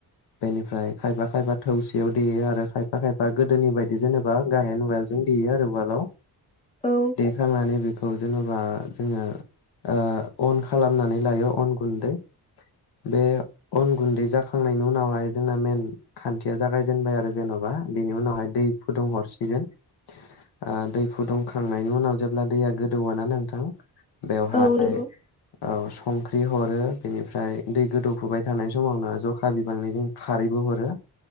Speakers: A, on the left; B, on the left.
A: बेनिफ्राय खायफा खायफा थौसेयाव देयो आरो खायफा खायफा गोदोनि बायदि जेनेबा गाहेन उवालजों देयो आरो उवालाव
B: औ
A: देखांनानै‌ बेखौ जेनबा जेनबा जोङो अन खालामनानै लायो अन गुन्दै बे अन गुन्दै जाखांनायनि उनावहाय जोंना मेन खान्थिया जागायजेनबाय आरो जेनबा बेनि उनावहाय दै फुदुंहरसिगोन
B: <inaudible>
A: ओ दै फुदुंखांनायनि उनाव जेब्ला दैया गोदौवो ना नोंथां बेवहाय
B: औ नंगौ
A: औ संख्रि हरो बेनिफ्राय दै गोदौफुबाय थानाय समावनो जखा बिबांनि जों खारैबो हरो